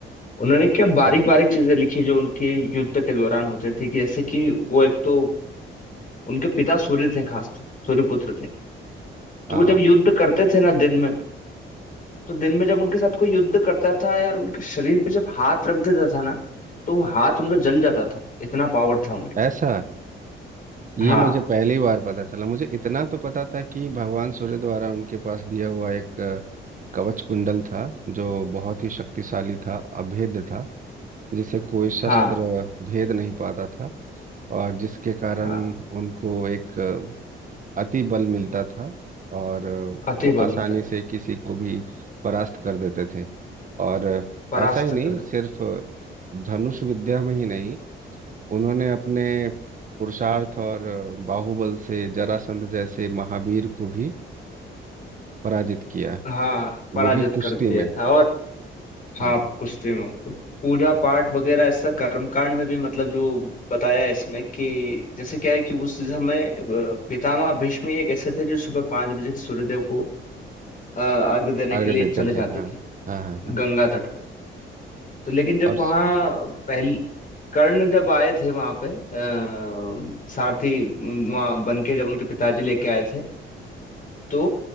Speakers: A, on the left; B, on the right.
A: उन्होंने क्या बारीक
B: अच्छा
A: बारीक चीजें लिखी जो उनके युद्ध के दौरान होते थे कि जैसे कि वो एक तो उनके पिता सूर्य थे खास तो सूर्यपुत्र थे तो
B: हाँ
A: वो जब युद्ध करते थे ना दिन में तो दिन में जब उनके साथ कोई युद्ध करता था यार उनके शरीर पे जब हाथ रख देता था ना तो वो हाथ उनका जल जाता था इतना पावर था उनके
B: ऐसा
A: साथ
B: ये
A: हाँ
B: मुझे पहली बार पता चला मुझे इतना तो पता था कि भगवान सूर्य द्वारा उनके पास दिया हुआ एक कवच कुंडल था जो बहुत ही शक्तिशाली था अभेद्य था जिसे कोई शस्त्र
A: हाँ
B: भेद नहीं पाता था और जिसके कारण
A: हाँ
B: उनको एक अ, अति बल मिलता था और अ,
A: अति
B: वो
A: बल
B: आसानी
A: मिलता था
B: से किसी को भी परास्त कर देते थे और अ,
A: परास्त
B: ऐसा ही नहीं
A: कर देते
B: सिर्फ अ, धनुष विद्या में ही नहीं उन्होंने अपने पुरुषार्थ और अ, बाहुबल से जरासंध जैसे महावीर को भी पराजित किया
A: हाँ पराजित
B: वो भी कुश्ती
A: कर दिया
B: में
A: था और हाँ
B: हाँ
A: आप कुश्ती में हो। पूजा पाठ वगैरह ऐसा कर्मकांड में भी मतलब जो बताया है इसमें कि जैसे क्या है कि उस समय अ, पितामह भीष्म एक ऐसे थे जो सुबह पांच बजे सूर्यदेव को अ, अर्घ देने
B: अर्घ
A: के लिए
B: देते
A: चले जाते
B: थे हाँ
A: थे
B: हाँ हाँ हाँ
A: गंगा तट पे तो लेकिन जब
B: और
A: वहाँ
B: स-
A: पहली कर्ण जब आए थे वहां पे अ, सारथी वहां बन के जब उनके पिताजी लेके आए थे तो